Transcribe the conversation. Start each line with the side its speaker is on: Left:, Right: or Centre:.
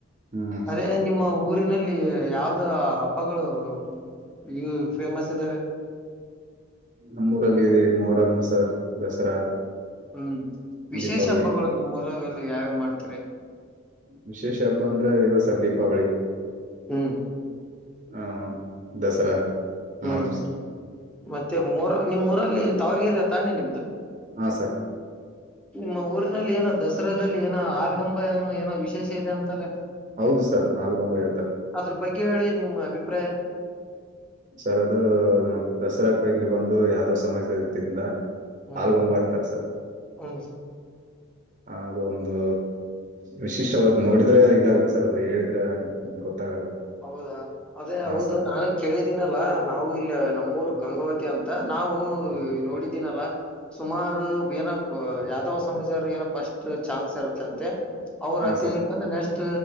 Right: ಹ್ಮ್
Centre: ಅದೇ
Right: ಸರ್
Centre: ನಿಮ್ಮ ಊರಿನಲ್ಲಿ ಇಲ್ಲಿ ಯಾವ್ದ ಹಬ್ಬಗಳು ಉ ಈ ಫೇಮಸ್ ಇದ್ದಾವೆ
Right: ನಮ್ಮೂರಲ್ಲಿ ಇದೆ ಮೊರಂ ಸರ್ ದಸರಾ
Centre: ಹ್ಮ್ ವಿಶೇಷ
Right: ದೀಪಾವಳಿ
Centre: ಹಬ್ಬಗಳು ನಿಮ್ಮೂರರಲ್ಲಿ ಯಾವ್ಯಾವ ಮಾಡ್ತೀರಿ
Right: ವಿಶೇಷ ಹಬ್ಬ ಅಂದ್ರೆ ಇವ ಸರ್ ದೀಪಾವಳಿ
Centre: ಹ್ಮ್
Right: ಹ್ಮ ದಸರಾ
Centre: ಹ್ಮ್
Right: ಮಾಡ್ತೀವಿ ಸರ್
Centre: ಮತ್ತೆ ಮೂರ ನಿಮ್ಮ್ ಊರಲ್ಲಿ ತಾವರ್ಗೆರೆ ತಾನೇ ನಿಮ್ದು
Right: ಹಾ ಸರ್
Centre: ನಿಮ್ಮ ಊರಿನಲ್ಲಿ ಏನೋ ದಸರಾದಲ್ಲಿ ಏನೋ ಆಲಗಂಬ ಏ ಏನೋ ವಿಶೇಷ ಇದೆ ಅಂತಲ್ಲ.
Right: ಹೌದು ಸರ್ ಆಲ್ಗೊಂಬ ಇರ್ತಾರೆ
Centre: ಅದರ ಬಗ್ಗೆ ಹೇಳಿ ನಿಮ್ಮ ಅಭಿಪ್ರಾಯ
Right: ಸರ್ ಅದು ದಸರಾ ಕೈಲಿ ಬಂದು ಯಾವುದೋ ಸಮಾಜದ ವತಿಯಿಂದ
Centre: ಹ್ಮ್
Right: ಹಾಲ್ಗ ಒಂಬತ್ತರ ಸರ್
Centre: ಹ್ಮ್
Right: ಹ ಅದು ಒಂದು ವಿಶಿಷ್ಟವಾದ ನೋಡಿದ್ರೆ ಇದಾಗುತ್ತೆ ಸರ್ ಅದು ಹೇಳಿದ್ರೆ ಗೊತ್ತಾಗಲ್ಲ
Centre: ಹೌದಾ ಅದೇ
Right: ಹಾ
Centre: ಹೌದು
Right: ಸರ್
Centre: ನಾನು ಕೇಳಿದ ನಲ್ಲ ನಾವು ಇಲ್ಲಿ ನಮ್ಮೂರು ಗಂಗಾವತಿ ಅಂತ ನಾವು ನೋಡಿದ್ದೀನಲ್ಲ ಸುಮಾರ <unintelligible> ಒಂದ ಸಮಾಜಾರ ಏನ ಫಸ್ಟ್ ಚಾನ್ಸ್ ಇರುತ್ತಂತೆ ಅವರ
Right: ಹಾ
Centre: ಅತಿ
Right: ಸರ್
Centre: ಹೇಳಬೇಕ ಅಂದ್ರ ನೆಕ್ಸ್ಟ್